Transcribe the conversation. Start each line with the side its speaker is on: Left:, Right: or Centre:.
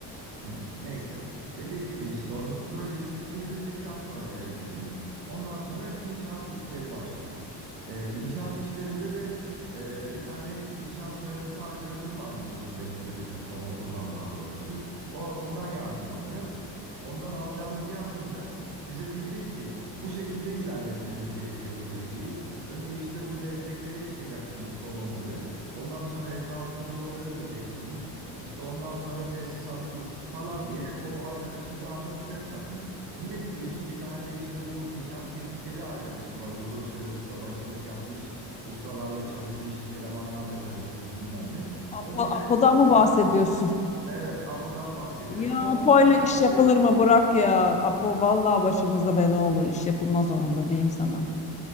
Right: Hı, neyse. Dediğim gibi işte onun projesini çizdirdikten sonra evimizin ondan sonra inşaat işleri başlıyor. Ee, inşaat işlerinde de e, bir tane inşaat mühendisi arkadaşım var biliyorsun benim çocukluktan okuldan daha doğrusu. O ondan yardım alacağız. Ondan alacağımız yardım da bize diyecek ki bu şekilde ilerletmeniz gerekiyor projeyi. Önce işte bu destekleri çıkacaksınız kolonları. Ondan sonra etrafına duvarı öreceksiniz. İşte ondan sonra tesisatı kur- falan diye o arkadaş bize anlatacak zaten. Yine biliyorsun bir tane de işte bu inşaat teknikeri arkadaşım var. Uzun süre ustabaşılık yapmış, ustalarla çalışmış, elemanlarla çalışmış bilmem ne. O
Left: Po-
Right: bize
Left: Apo'dan mı bahsediyorsun?
Right: kend
Left: <laughs>
Right: evet APO'dan bahsediyorum.
Left: Ya
Right: O
Left: Apo'yla
Right: kendisi
Left: iş yapılır mı? Bırak ya. Apo vallahi başımızda bela olur. İş yapılmaz onunla diyeyim sana.